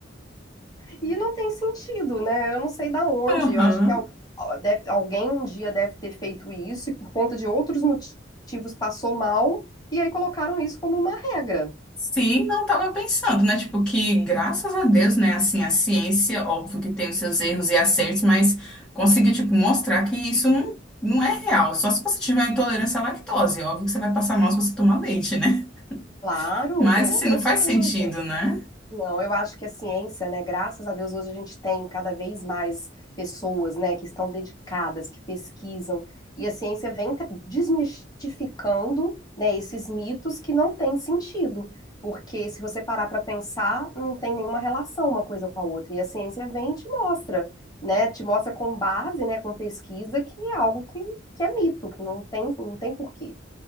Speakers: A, on the left; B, in the centre.
A: E não tem sentido, né? Eu não sei da onde.
B: Aham.
A: Eu acho que al- al- deve- alguém um dia deve ter feito isso e por conta de outros motivos passou mal e aí colocaram isso como uma regra.
B: Sim, não estava pensando, né? Tipo, que graças a Deus, né? Assim, a ciência, óbvio que tem os seus erros e acertos, mas conseguiu, tipo, mostrar que isso não, não é real. Só se você tiver uma intolerância à lactose. Óbvio que você vai passar mal se você tomar leite, né?
A: Claro,
B: <laughs> Mas,
A: tem outras
B: assim, não faz
A: coisas.
B: sentido, né?
A: Não, eu acho que a ciência, né? Graças a Deus, hoje a gente tem cada vez mais pessoas, né, que estão dedicadas, que pesquisam, e a ciência vem tra- desmistificando, né, esses mitos que não têm sentido, porque se você parar para pensar, não tem nenhuma relação uma coisa com a outra, e a ciência vem e te mostra, né, te mostra com base, né, com pesquisa, que é algo que, que é mito, que não tem, não tem porquê.